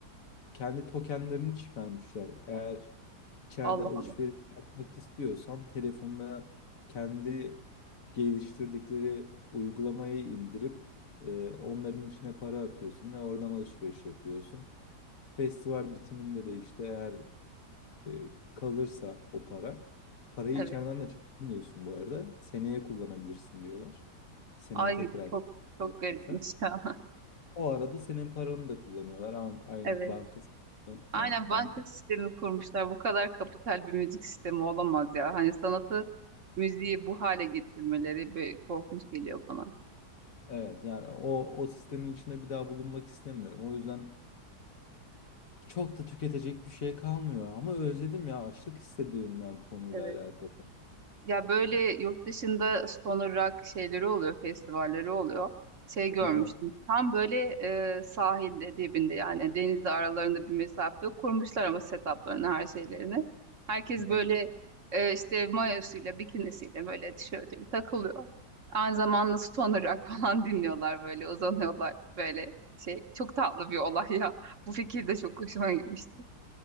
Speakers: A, on the left (about 55°); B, on the right (about 50°).
A: kendi tokenlerini çıkarmışlar. Eğer içeride
B: Allah
A: alışveriş
B: Allah.
A: yapmak istiyorsan telefonuna kendi geliştirdikleri uygulamayı indirip e, onların içine para atıyorsun ve oradan alışveriş yapıyorsun. Festival bitiminde de işte eğer e, kalırsa o para, parayı
B: Evet.
A: içeriden de çıkarmıyorsun bu arada. Seneye kullanabilirsin diyorlar. Seneye
B: Ay
A: tekrar
B: çok çok
A: kullanabilirsen.
B: garipmiş ya. <laughs>
A: O arada senin paranı da kullanıyorlar. An- Aynı
B: Evet.
A: banka
B: Aynen
A: ban-
B: banka
A: banka
B: sistemi kurmuşlar. Bu kadar kapital bir müzik sistemi olamaz ya. Hani sanatı, müziği bu hale getirmeleri böyle korkunç geliyor bana.
A: Evet yani o o sistemin içinde bir daha bulunmak istemiyorum. O yüzden çok da tüketecek bir şey kalmıyor ama özledim ya açlık hissediyorum ya bu konuyla
B: Evet.
A: alakalı.
B: Ya böyle
A: Yani,
B: yurt dışında stoner rock şeyleri oluyor, festivalleri oluyor. Şey görmüştüm.
A: aha,
B: Tam böyle e, sahilde dibinde yani denizle aralarında bir mesafe yok. Kurmuşlar ama setuplarını, her şeylerini. Herkes
A: hı hı.
B: böyle e, işte mayosuyla, bikinisiyle böyle tişörtüyle takılıyor. Aynı zamanda stoner rock <laughs> falan dinliyorlar böyle uzanıyorlar böyle şey. Çok tatlı bir olay ya. Bu fikir de çok hoşuma gitmişti.